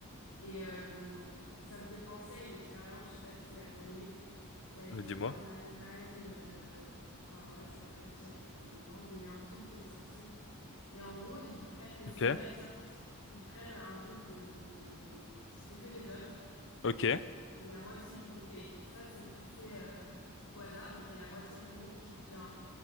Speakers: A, on the left; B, on the left.
A: Et euh, ça me fait penser à une expérience, je sais pas si tu la connais. Ça a été
B: Euh, dis-moi.
A: fait en Allemagne. euh, alors là, je pourrais pas te dire il y a combien de temps, mais il y a eu un film qui est sorti. Et en gros, ils prennent, et c'est
B: Ok,
A: une vraie expérience, ils prennent un groupe de, de... C'était que des hommes.
B: ok,
A: Et La moitié du groupe, et ça, c'est tout fait euh, au hasard. Donc, il y a la moitié du groupe qui devient